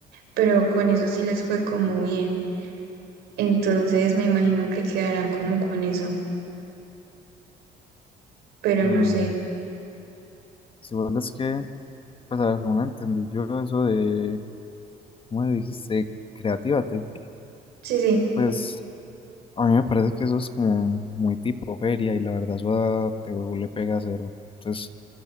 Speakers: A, on the right; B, on the left.
A: pero con eso sí les fue como bien. Entonces me imagino que quedarán como con eso, pero
B: Mm,
A: no sé.
B: si igual es que, pues a ver, según entendí yo eso de, ¿cómo le dijiste? Creatívate.
A: Sí, sí.
B: Pues A mí me parece que eso es como muy tipo feria y la verdad eso a TVO le pega cero. Entonces,